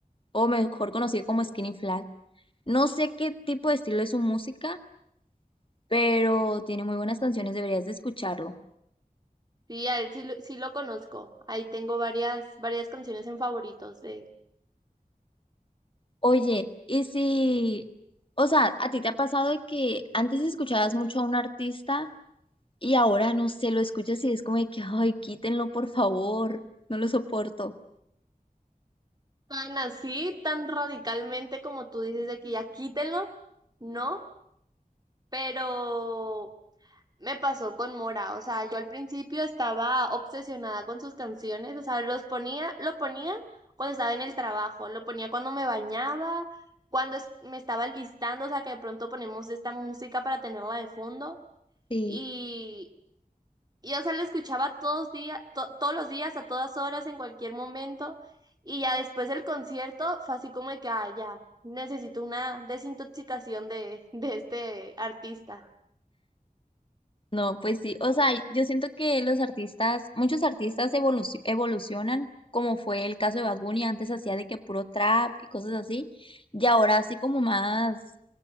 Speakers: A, on the left; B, on the right.
A: o mejor conocido como Skinny Flat. No sé qué tipo de estilo es su música, pero tiene muy buenas canciones, deberías de escucharlo.
B: Sí, a él sí, lo- sí lo conozco. Ahí tengo varias, varias canciones en favoritos de él.
A: Oye, y si, o sea, ¿a ti te ha pasado de que antes escuchabas mucho a un artista y ahora no sé, lo escuchas y es como de que, ay, quítenlo, por favor, no lo soporto?
B: Tan así, tan radicalmente como tú dices de que ya quítenlo, ¿no? Pero Me pasó con Mora, o sea, yo al principio estaba obsesionada con sus canciones, o sea, los ponía, lo ponía cuando estaba en el trabajo, lo ponía cuando me bañaba, cuando es- me estaba listando, o sea, que de pronto ponemos esta música para tenerla de fondo
A: Sí,
B: y, y o sea, la escuchaba todos días, todos los días, a todas horas, en cualquier momento y ya después del concierto fue así como de que, ah, ya, necesito una desintoxicación de, de este artista.
A: No, pues sí, o sea, yo siento que los artistas, muchos artistas evoluci- evolucionan, como fue el caso de Bad Bunny, antes hacía de que puro trap y cosas así, y ahora así como más,